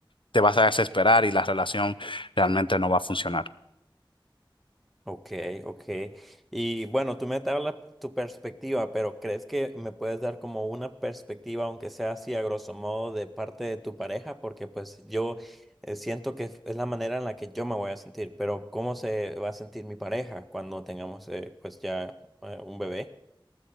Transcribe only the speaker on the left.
te vas a desesperar y la relación realmente no va a funcionar.